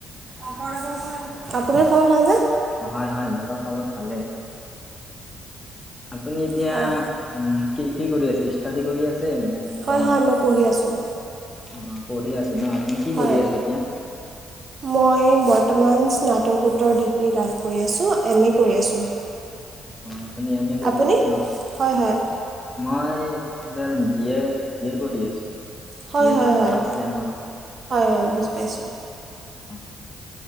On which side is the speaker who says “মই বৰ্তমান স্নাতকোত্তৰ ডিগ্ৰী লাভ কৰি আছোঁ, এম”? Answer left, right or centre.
Right